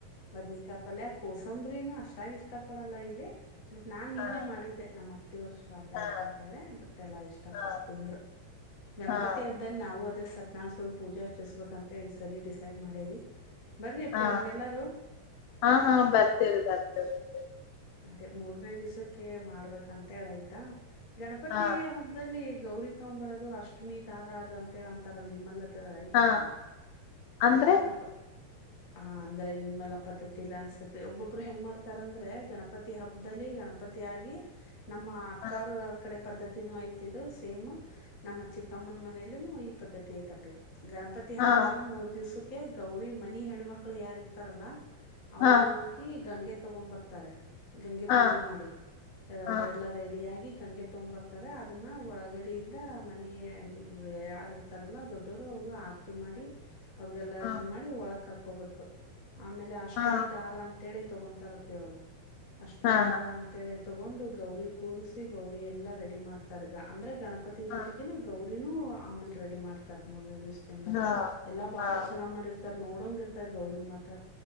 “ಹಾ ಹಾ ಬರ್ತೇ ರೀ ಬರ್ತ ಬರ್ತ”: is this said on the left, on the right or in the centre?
Left